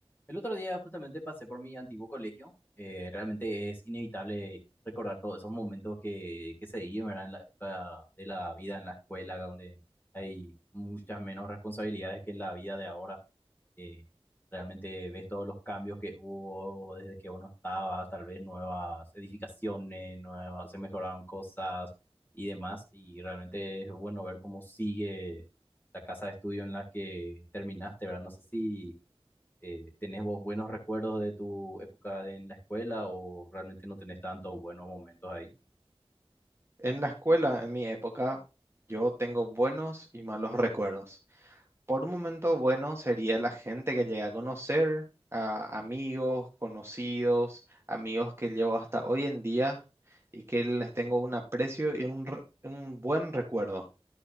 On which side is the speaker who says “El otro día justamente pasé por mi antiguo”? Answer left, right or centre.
Left